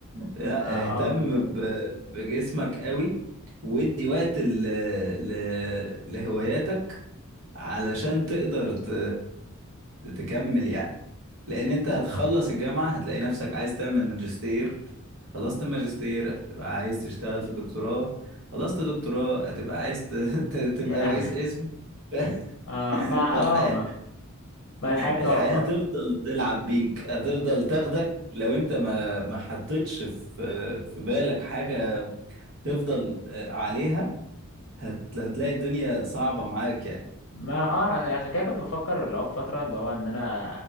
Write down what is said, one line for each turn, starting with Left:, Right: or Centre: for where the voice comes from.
Right: لا
Left: ما اه
Right: اهتم
Left: بالظبط
Right: ب- بجسمك قوي وادي وقت ل... ل... لهواياتك علشان تقدر ت... تكمل يعني لان انت هتخلص الجامعه هتلاقي نفسك عايز تعمل ماجستير خلصت الماجستير هتبقى عايز تشتغل في الدكتوراه خلصت دكتوراه هتبقى عايز ت... ت- تبقى
Left: يا لهوي
Right: رئيس اسم <laughs>
Left: اه ما
Right: فالحياه
Left: اه ما, ما الحياة
Right: الحياه
Left: بتقف اه
Right: هتفضل تلعب بيك هتفضل تاخدك لو انت ما ما حطيتش في في بالك حاجه تفضل آه، عليها هت... هتلاقي الدنيا صعبه معاك يعني
Left: ما اه عشان كده كنت بفكر اللي هو في فترة اللي هو ان انا